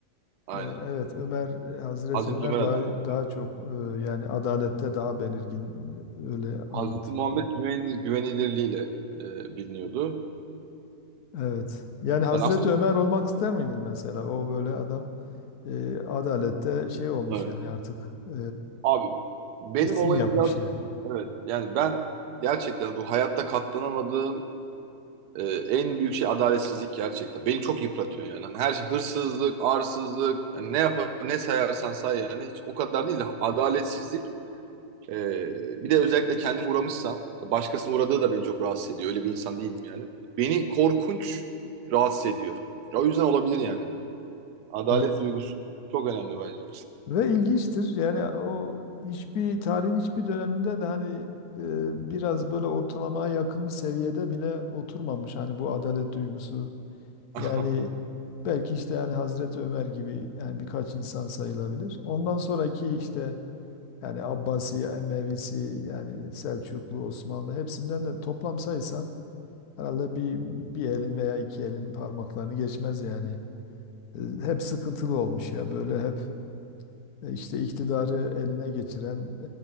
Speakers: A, on the right; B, on the left.
A: Aynen.
B: E, Evet Ömer e, Hazreti
A: Hazreti
B: Ömer
A: Ömer
B: daha
A: adaleti.
B: daha çok e, yani adalette daha belirgin e, öyle
A: Hazreti
B: anlatılıyor.
A: Muhammed güven, güvenilirliğiyle e, biliniyordu.
B: Evet. Yani Hazreti
A: Yani aslında
B: Ömer olmak ister miydin mesela? O böyle adam e, adalette şey olmuş
A: evet.
B: yani artık e,
A: Abi benim
B: isim
A: olayım
B: yapmış
A: biraz
B: yani.
A: evet. Yani ben gerçekten bu hayatta katlanamadığım e, en büyük şey adaletsizlik gerçekten. Beni çok yıpratıyor yani. Hani her şey hırsızlık, arsızlık, yani ne yapar, ne sayarsan say yani. Hiç o kadar değil de adaletsizlik Ee, bir de özellikle kendim uğramışsam, başkasının uğradığı da beni çok rahatsız ediyor. Öyle bir insan değilim yani. Beni korkunç rahatsız ediyor. Ya O yüzden olabilir yani. Adalet
B: Evet.
A: duygusu çok önemli bence.
B: Ve ilginçtir. Yani o hiçbir tarihin hiçbir döneminde de hani e, biraz böyle ortalamaya yakın bir seviyede bile oturmamış. Hani bu adalet duygusu
A: <laughs>
B: Yani belki işte yani Hazreti Ömer gibi yani birkaç insan sayılabilir. Ondan sonraki işte yani Abbasi, Emevisi, yani Selçuklu, Osmanlı hepsinden de toplam saysan herhalde bir bir elin veya iki elin parmaklarını geçmez yani. E, Hep sıkıntılı olmuş ya böyle hep e, işte iktidarı eline geçiren